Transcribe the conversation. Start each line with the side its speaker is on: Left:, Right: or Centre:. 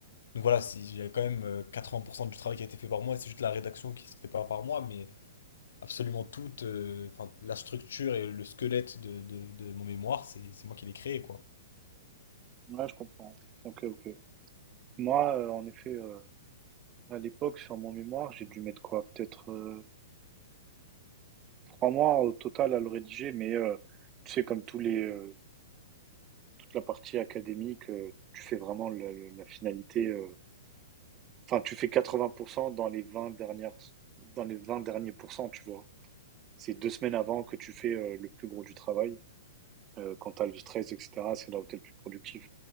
Left: donc voilà, si- il y a quand même euh, 80% du travail qui a été fait par moi, c'est juste la rédaction qui se fait pas par moi, mais absolument toute, euh, enfin, la structure et le squelette de, de- de mon mémoire, c'est c'est moi qui l'ai créé, quoi.
Right: Ouais, je comprends. Ok, ok. Moi, euh, en effet, euh, à l'époque, sur mon mémoire, j'ai dû mettre quoi? Peut-être Trois mois au total à le rédiger, mais euh, tu sais, comme tous les, euh, toute la partie académique, euh, tu fais vraiment la, la- la finalité. euh, Enfin, tu fais 80% dans les vingt dernières, dans les 20 derniers pourcents, tu vois. C'est deux semaines avant que tu fais euh, le plus gros du travail. Euh, quand t'as le stress, etc., c'est là où t'es le plus productif.